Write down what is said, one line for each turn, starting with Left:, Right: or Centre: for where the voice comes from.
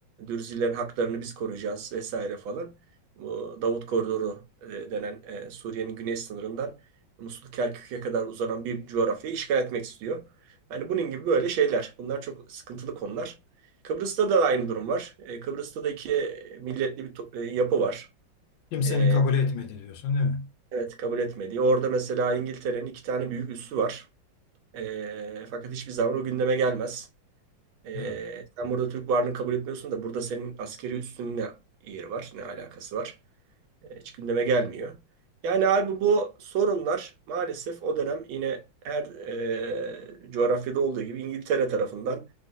Right: Dürzilerin haklarını biz koruyacağız vesaire falan. Bu Davut Koridoru e, denen e, Suriye'nin güney sınırından Musul Kerkük'e kadar uzanan bir coğrafyayı işgal etmek istiyor. Yani bunun gibi böyle şeyler. Bunlar çok sıkıntılı konular. Kıbrıs'ta da aynı durum var. E, Kıbrıs'ta da iki milletli bir to- e, yapı var.
Left: Kimsenin
Right: E,
Left: kabul etmedi diyorsun, değil mi?
Right: evet kabul etmedi. Orada mesela İngiltere'nin iki tane büyük üssü var. E, fakat hiçbir zaman o gündeme gelmez. E,
Left: Evet.
Right: sen burada Türk varlığını kabul etmiyorsun da burada senin askeri üssünün ne yeri var, ne alakası var? E, Hiç gündeme gelmiyor. Yani abi bu sorunlar maalesef o dönem yine her e, coğrafyada olduğu gibi İngiltere tarafından